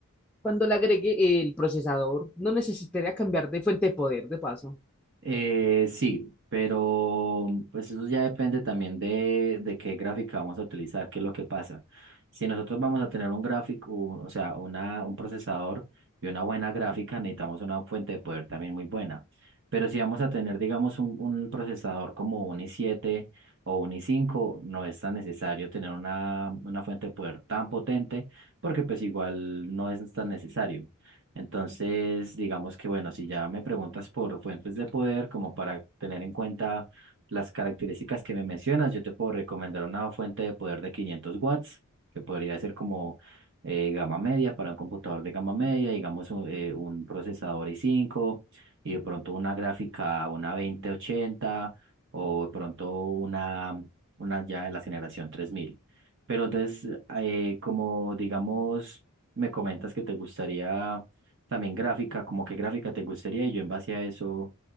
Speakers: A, in the centre; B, on the right.
A: Cuando le agregue el procesador, no necesitaría cambiar de fuente de poder, de paso.
B: Eh, sí, pero pues eso ya depende también de, de qué gráfica vamos a utilizar, qué es lo que pasa. Si nosotros vamos a tener un gráfico, u- o sea, una, un procesador y una buena gráfica, necesitamos una fuente de poder también muy buena. Pero si vamos a tener, digamos, un, un procesador como un i siete o un i cinco no es tan necesario tener una, una fuente de poder tan potente, porque pues igual no es tan necesario. Entonces, digamos que bueno, si ya me preguntas por fuentes de poder, como para tener en cuenta las características que me mencionas, yo te puedo recomendar una fuente de poder de 500 watts, que podría ser como eh, gama media para un computador de gama media, digamos un, eh, un procesador i cinco y de pronto una gráfica, una veinte ochenta o de pronto una, una ya de la generación tres mil Pero entonces, eh, como digamos, me comentas que te gustaría también gráfica, como qué gráfica te gustaría y yo en base a eso